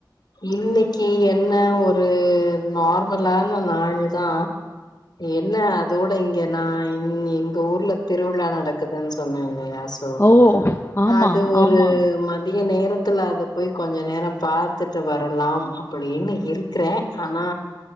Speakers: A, on the left (about 65°); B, on the left (about 35°).
A: இன்னைக்கி எத் என்ன ஒரு நார்மலான நாள்தா என்ன அதோட இங்க நா என்னி எங்க ஊர்ல திருவிழா நடக்குதுன் சொன்ன இல்லையாஸ் சோ
B: ஓ! ஆமா,
A: அது ஒரு
B: ஆமா.
A: மதிய நேரோ த்துல அது போய் கொஞ்ச நேரோ பாத் த்துட்டு வரலாம் அப்டின்னு இருக்றே ஆனா